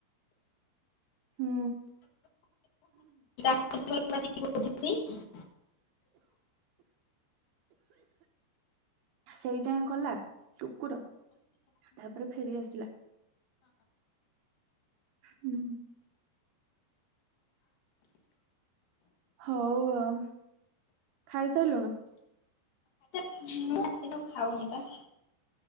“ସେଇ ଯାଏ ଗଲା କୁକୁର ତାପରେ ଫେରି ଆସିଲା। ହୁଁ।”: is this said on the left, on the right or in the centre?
Right